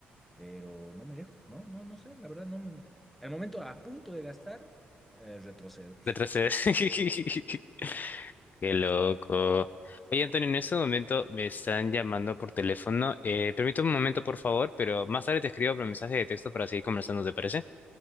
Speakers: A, in the centre; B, on the left.
A: pero no me dejo, no, no, no sé, la verdad no me- al momento a punto de gastar, eh, retrocedo.
B: Retrocedes. <laughs> Qué loco.
A: Sí,
B: Oye, Antonio, en este momento me están llamando por teléfono. Eh, permíteme un momento, por favor, pero más tarde te escribo por mensaje de texto para seguir conversando, ¿te parece?